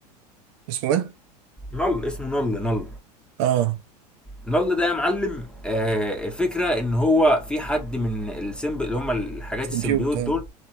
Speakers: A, on the right; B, in the centre.
A: اسمه ايه
B: نل اسمه نل نل
A: اه
B: نل ده يا معلم آه الفكره ان هو في حد من السيمب اللي هم الحاجات
A: سبيوت
B: السيمبيوت
A: اه
B: دول